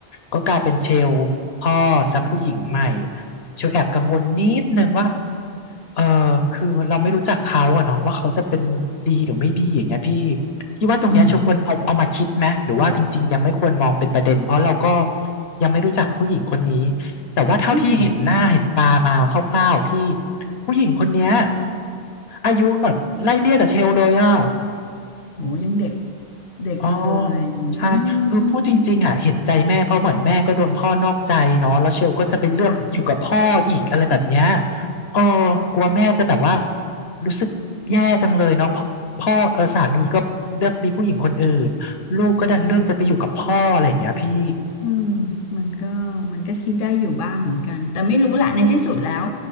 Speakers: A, on the left (about 80°); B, on the left (about 60°).
A: ก็กลายเป็นเชลพ่อและผู้หญิงใหม่เชลแอบกังวลนิดนึงว่าเออคือเราไม่รู้จักเขาอะเนาะว่าเขาจะเป็นดีหรือไม่ดีอย่างเงี้ยพี่พี่ว่าตรงเนี้ยเชลควรเอาเอามาคิดไหมหรือว่าจริงๆยังไม่ควรมองเป็นประเด็นเพราะเราก็
B: อืม
A: ยังไม่รู้จักผู้หญิงคนนี้ แต่ว่าเท่าที่เห็นหน้าเห็นตามาคร่าวๆพี่
B: อืม
A: ผู้หญิงคนเนี้ยอายุแบบไล่เลี่ยกับเชลเลยอ่ะ
B: โหยังเด็กเด็กเลยอื
A: อ๋อใช่คือพูดจริงๆอ่ะเห็นใจแม่เพราะเหมือนแม่ก็โดนพ่อนอกใจเนาะแล้วเชลก็จะไปเลือกอยู่กับพ่ออีกอะไรแบบเนี้ย
B: มจ้ะ
A: เออกลัวแม่จะแบบว่ารู้สึกแย่จังเลยเนาะพ่อพ่อเออสามีก็เลือกมีผู้หญิงคนอื่นลูกก็ดันเลือกจะไปอยู่กับพ่ออะไรอย่างเงี้ยพี่
B: อืมมันก็มันก็คิดได้อยู่บ้างเหมือนกันแต่ไม่รู้แหละในที่สุดแล้ว